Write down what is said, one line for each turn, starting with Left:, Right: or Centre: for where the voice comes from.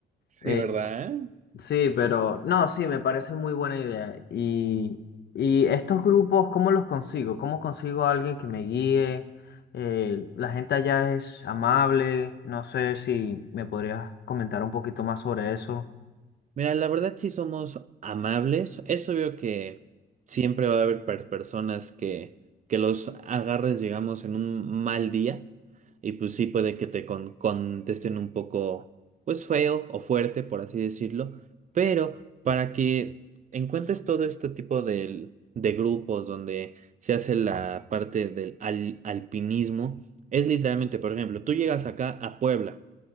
Right: Sí,
Left: Eh,
Right: ¿verdad?
Left: Sí, pero no, sí, me parece muy buena idea. Y, y estos grupos, ¿cómo los consigo? ¿Cómo consigo a alguien que me guíe? Eh, la gente allá es amable. No sé si me podrías comentar un poquito más sobre eso.
Right: Mira, la verdad sí somos amables. Es obvio que siempre va a haber per- personas que, que los agarres, digamos, en un mal día. Y pues sí puede que te con- contesten un poco, pues feo o fuerte, por así decirlo. Pero para que encuentres todo este tipo de, de grupos donde se hace la parte del al- alpinismo, es literalmente, por ejemplo, tú llegas acá a Puebla.